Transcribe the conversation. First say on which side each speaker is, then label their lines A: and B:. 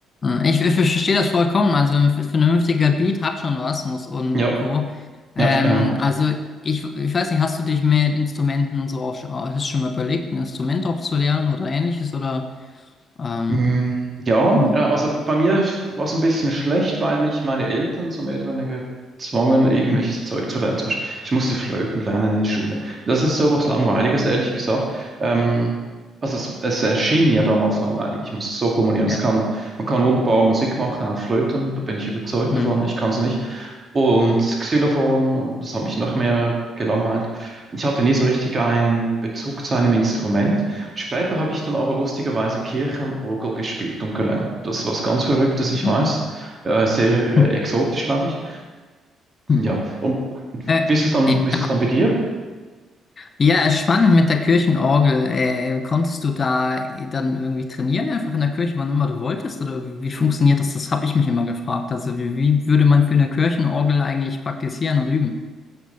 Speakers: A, on the left; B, on the right.
A: ich, ich verstehe das vollkommen. Also ein vernünftiger Beat hat schon was muss und,
B: Ja,
A: und Co. Ähm,
B: ja, genau.
A: also ich, ich weiß nicht, hast du dich mit Instrumenten und so auch schon, hast du schon mal überlegt, ein Instrument auch zu lernen oder ähnliches oder ähm,
B: Mm, Ja,
A: ja.
B: ja, also bei mir war es ein bisschen schlecht, weil mich meine Eltern so mehr oder weniger zwangen, irgendwelches
A: hm,
B: Zeug zu lernen. Zum Beispiel, ich musste Flöten lernen in der Schule. Das ist so was Langweiliges, ehrlich gesagt. Ähm, also es, es erschien mir damals langweilig. Ich muss es so formulieren. Es
A: Ja.
B: kann, man kann wunderbar Musik machen auf Flöten, da bin ich überzeugt
A: Hm.
B: davon. Ich kann es nicht. Und das Xylophon, und das hat mich noch mehr gelangweilt. Ich hatte nie so richtig einen Bezug zu einem Instrument. Später habe ich dann aber lustigerweise Kirchenorgel gespielt und gelernt. Das ist was ganz Verrücktes, ich
A: Hm.
B: weiß. Äh, sehr äh,
A: Hm.
B: exotisch, glaube ich.
A: hm.
B: Ja, und
A: Äh,
B: wie ist es dann,
A: äh,
B: wie ist es dann bei dir?
A: Ja, spannend mit der Kirchenorgel. Äh, konntest du da dann irgendwie trainieren, einfach in der Kirche, wann immer du wolltest? Oder wie, wie funktioniert das? Das habe ich mich immer gefragt. Also wie, wie würde man für eine Kirchenorgel eigentlich praktizieren und üben?